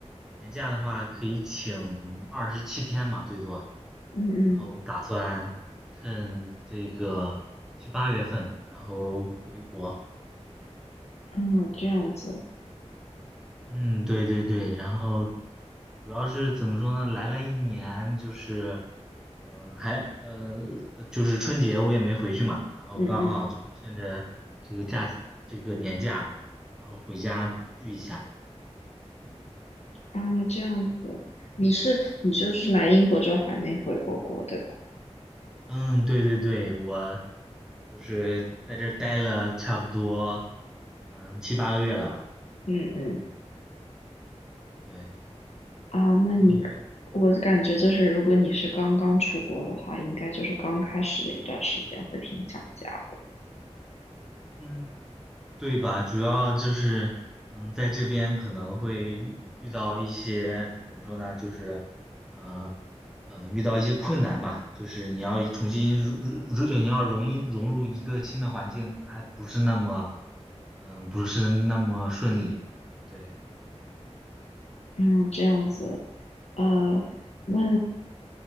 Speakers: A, in the centre; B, on the left.
A: 年假的话可以请二十七天嘛，最多。
B: 嗯
A: 然后打算趁这个七八月份，然后回国。
B: 嗯，啊，这样子，
A: 嗯，对对对，然后主要是怎么说呢？来了一年，就是，嗯、还，呃，呃就是春节我也没回去嘛，然后刚好就趁着这个假，
B: 嗯嗯，
A: 这个年假，然后回家聚一下。
B: 啊，这样子，你是你就是来英国之后还没回过国，对吧？
A: 嗯，对对对，我就是在这儿待了差不多，嗯，七八个月了吧？
B: 嗯嗯，
A: 对，
B: 啊，那你可我感觉就是如果你是刚刚出国的话，
A: 然后，
B: 应该就是刚开始的一段时间会挺想家的。
A: 嗯。对吧？主要就是，嗯，在这边可能会遇遇到一些怎么说呢？就是，呃，呃，遇到一些困难吧。就是你要重新入，如果你要容易融入一个新的环境，还不是那么，嗯，不是那么顺利。对，
B: 嗯，这样子，呃，那